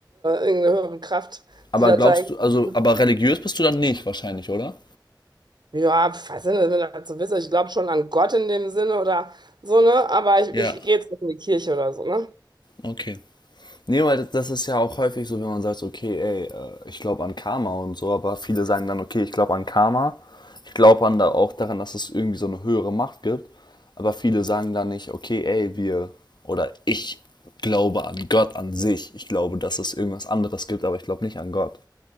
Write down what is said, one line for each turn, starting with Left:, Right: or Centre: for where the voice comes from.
Right: irgendeine höhere Kraft,
Left: Aber
Right: die das
Left: glaubst
Right: da irgendwie.
Left: du, also, aber religiös bist du dann nicht wahrscheinlich, oder?
Right: Ja, was Sinn, wenn das so ist. Ich glaube schon an Gott in dem Sinne oder so, ne? Aber ich,
Left: Ja,
Right: ich gehe jetzt nicht in die Kirche oder so, ne?
Left: okay. Nee, weil das- das ist ja auch häufig so, wenn man sagt, so, okay, ey, äh, ich glaube an Karma und so, aber viele sagen dann, okay, ich glaube an Karma, ich glaube an da auch daran, dass es irgendwie so eine höhere Macht gibt, aber viele sagen dann nicht, okay, ey, wir oder ich glaube an Gott an sich, ich glaube, dass es irgendwas anderes gibt, aber ich glaube nicht an Gott.